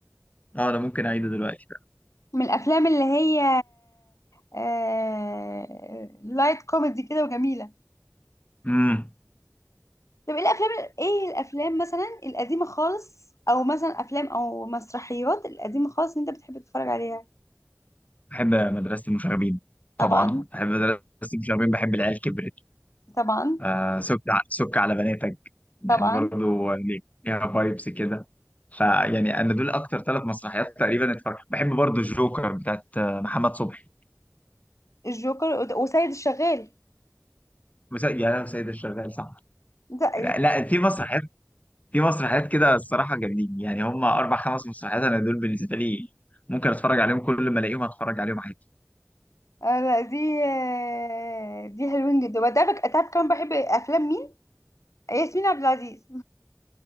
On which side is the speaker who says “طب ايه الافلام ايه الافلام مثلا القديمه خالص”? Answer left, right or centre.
Left